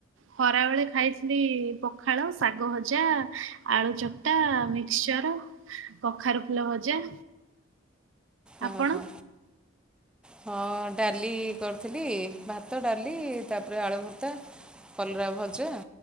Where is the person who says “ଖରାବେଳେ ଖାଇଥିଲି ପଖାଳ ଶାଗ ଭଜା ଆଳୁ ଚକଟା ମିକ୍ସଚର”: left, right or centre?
Right